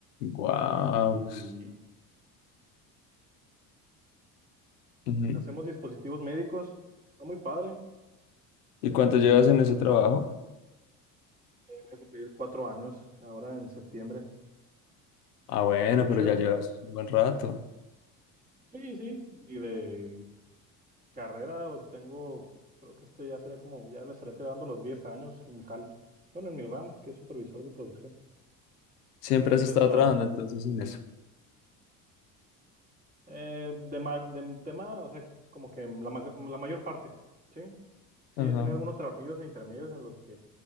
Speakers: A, on the left; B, on the right.
A: Guau.
B: y
A: pues, ujú.
B: hacemos dispositivos médicos, está muy padre, este,
A: ¿Y cuánto
B: nomás
A: llevas en
B: el,
A: ese trabajo?
B: eh, voy a cumplir cuatro años ahora en septiembre,
A: Ah, bueno,
B: está muy
A: pero
B: chido,
A: ya llevas un buen rato.
B: sí, sí, y de Carrera o tengo, creo que este ya sería como, ya le estaré dando los 10 años en mi jale. Bueno, en mi rama, que es supervisor de producción.
A: Siempre
B: Antes
A: has estado
B: trabajé
A: trabajando entonces en eso.
B: Eh, de, ma- de tema, o sea, como que la, ma- la mayor parte, ¿sí? Sí,
A: Ajá,
B: he tenido algunos trabajillos intermedios en los que